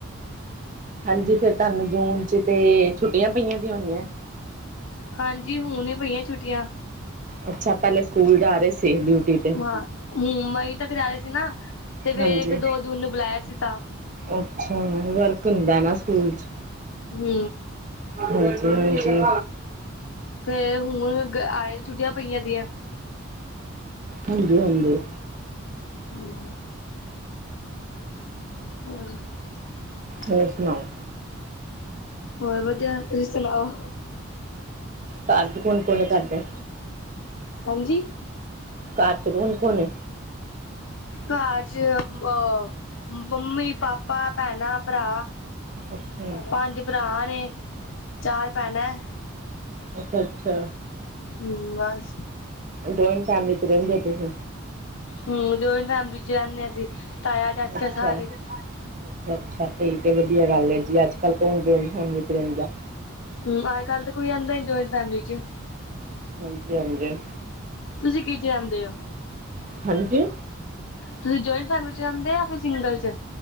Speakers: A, on the right (about 35°); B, on the left (about 65°).
A: ਹਾਂਜੀ, ਫੇਰ ਤੁਹਾਨੂੰ ਜੂਨ ਚ ਤੇ ਛੁੱਟੀਆਂ ਪਈਆਂ ਦੀ ਹੋਣੀਆਂ
B: ਹਾਂਜੀ, ਹੁਣ ਹੀ ਪਈਆਂ ਛੁੱਟੀਆਂ
A: ਅੱਛਾ, ਪਹਿਲੇ ਸਕੂਲ ਜਾ ਰਹੇ ਸੀ ਡਿਊਟੀ ਤੇ
B: ਹਾਂ, ਮਈ ਤੱਕ ਜਾ ਰਹੇ ਸੀ ਨਾ ਤੇ ਫੇਰ
A: ਹਾਂਜੀ
B: ਇੱਕ, ਦੋ ਜੂਨ ਨੂੰ ਬੁਲਾਇਆ ਸੀ ਤਾਂ
A: ਅੱਛਾ, ਵਰਕ ਹੁੰਦਾ ਨਾ ਸਕੂਲ ਚ
B: ਹੂੰ
A: ਹਾਂਜੀ-ਹਾਂਜੀ
B: ਫੇਰ ਹੁਣ ਆਏ ਨੇ, ਛੁੱਟੀਆਂ ਪਈਆਂ ਦੀਆਂ
A: ਹਾਂਜੀ-ਹਾਂਜੀ
B: ਹੂੰ <inaudible>
A: ਹੋਰ ਸੁਣਾਓ?
B: ਹੋਰ ਵਧੀਆ ਤੁਸੀਂ ਸੁਣਾਓ?
A: ਘਰ ਚ ਕੋਣ ਕੋਣ ਤੁਹਾਡੇ?
B: ਹਾਂਜੀ।
A: ਘਰ ਚ ਕੋਣ, ਕੋਣ ਏ।
B: ਘਰ ਚ ਅਹ ਮੰਮੀ ਪਾ ਭਾ ਭੈਣ ਭਰਾ
A: ਅੱਛਾ
B: ਪੰਜ ਭਰਾ ਨੇ ਚਾਰ ਭੈਣਾਂ ਏ।
A: ਅੱਛਾ, ਅੱਛਾ
B: ਹੂੰ, ਬਸ।
A: ਜੋਇੰਟ ਫੈਮਿਲੀ ਚ ਰਹਿੰਦੇ ਓ ਤੁਸੀਂ।
B: ਹੂੰ, ਜਆਇੰਟ ਫੈਮਿਲੀ ਚ ਰਹਿੰਦੇ ਆ ਰਹੀ ਅਸੀਂ। ਤਾਇਆ, ਚਾਚਾ
A: ਅੱਛਾ।
B: ਸਾਰੇ
A: ਅੱਛਾ, ਅੱਛਾ ਸਹੀ ਤੇ ਵਧੀਆ ਗੱਲ ਐ ਜੀ, ਅੱਜ ਕੱਲ ਕੋਣ ਜੋਇੰਟ ਫੈਮਲੀ ਚ ਰਹਿੰਦਾ।
B: ਹੂੰ ਅੱਜ ਕੱਲ ਤਾਂ ਕੋਈ ਰਹਿੰਦਾ ਨੀ ਜੁਆਇੰਟ ਫੈਮਿਲੀ ਚ
A: ਹਾਂਜੀ, ਹਾਂਜੀ
B: ਤੁਸੀਂ ਕੀ ਚ ਜਾਂਦੇ ਹੋ।
A: ਹਾਂਜੀ
B: ਤੁਸੀਂ ਜਆਇੰਟ ਫੈਮਲੀ ਚ ਰਹਿੰਦੇ ਓ ਜਾਂ ਫਿਰ ਸਿੰਗਲ ਚ